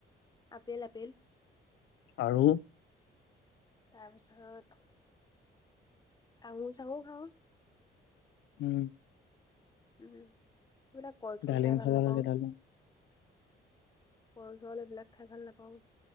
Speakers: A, on the left (about 20°); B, on the left (about 75°).
A: আপেল-আপেল।
B: আৰু
A: তাৰপিছত আঙুৰ-চাঙুৰ খাওঁ।
B: উম'
A: উম' এইবিলাক কল-চল
B: ডালিম
A: খাই ভাল
B: খাব
A: নাপাওঁ।
B: লাগে ডালিম,
A: কল-চল সেইবিলাক খাই ভাল নাপাওঁ।